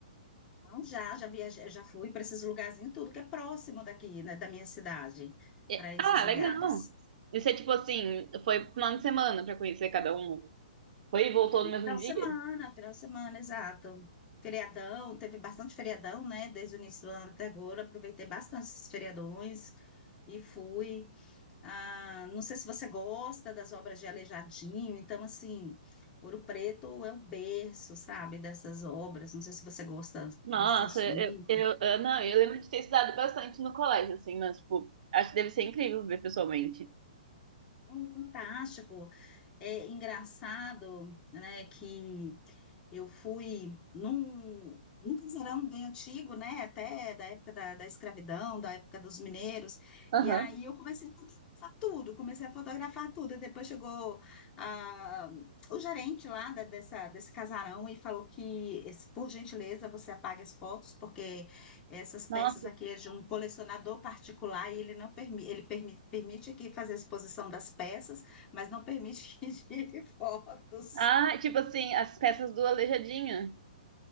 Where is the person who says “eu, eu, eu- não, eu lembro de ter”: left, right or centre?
Right